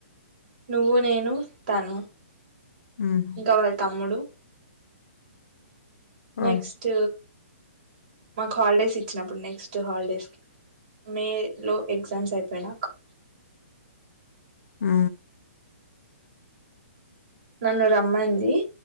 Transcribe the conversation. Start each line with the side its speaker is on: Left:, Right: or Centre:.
Right: నువ్వు నేను తను
Left: మ్మ్
Right: ఇంకా వాళ్ళ తమ్ముడు నెక్స్ట్
Left: ఆ
Right: మాకు హాలిడేస్ ఇచ్చినప్పుడు నెక్స్ట్ హాలిడేస్ కి మే లో ఎగ్జామ్స్ అయిపోయి నాక
Left: ఆ
Right: నన్ను రమ్మంది